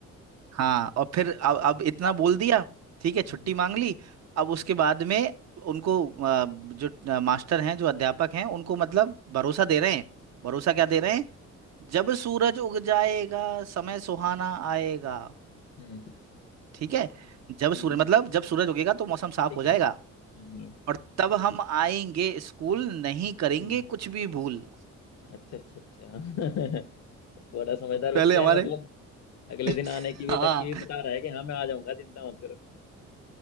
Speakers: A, on the right (about 60°); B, on the left (about 60°).
A: हाँ और फिर अब
B: हम्म
A: अब इतना बोल दिया ठीक है छुट्टी
B: हम्म,
A: मांग ली अब उसके
B: हम्म।
A: बाद में उनको आ, जो आ, मास्टर हैं जो अध्यापक हैं उनको मतलब भरोसा दे रहे हैं भरोसा क्या
B: अच्छा
A: दे रहे हैं जब सूरज उग जाएगा समय सुहाना
B: हम्म
A: आएगा
B: हम्म
A: ठीक है जब
B: हम्म,
A: सूरज मतलब जब सूरज उगेगा तो मौसम साफ
B: ठीक
A: हो जाएगा
B: है हाँ
A: और तब हम आएंगे स्कूल नहीं करेंगे
B: हम्म
A: कुछ भी भूल
B: अच्छा अच्छा अच्छा <laughs> बड़ा समझदार बच्चा
A: पहले हमारे
B: है मतलब अगले
A: <laughs>
B: दिन आने की भी
A: हाँ
B: तक की भी बता रहा है कि हाँ मैं आ जाऊंगा चिंता मत करो